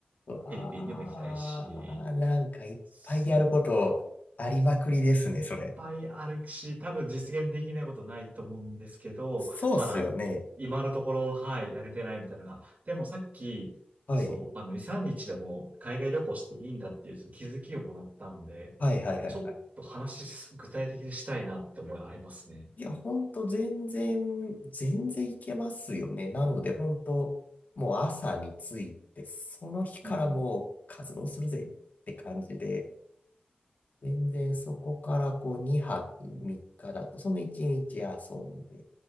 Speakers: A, on the left (about 55°); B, on the right (about 50°).
A: うわー、
B: ィリピンにも行きたいし、
A: なんかいっぱいやることありまくりですね、
B: そう
A: それ。
B: ぱいあるし、多分実現できないことないと思うんですけど、
A: そうっすよね。
B: まだ、今のところ、はい、やれてないみたいなのが。でもさっき、
A: はい。
B: そう、あの、2、3日でも海外旅行していいんだっていうその気づきをもらったんで、
A: はいはいはいはい。
B: ちょっと話し、具体的にしたいなって思いありますね。
A: いや、ほんと全然、全然いけますよね。なので、ほんと、もう朝に着いて、その日からもう活動するぜって感じで、
B: うん
A: 全然そこからこう2泊3日だと、その1日遊んで、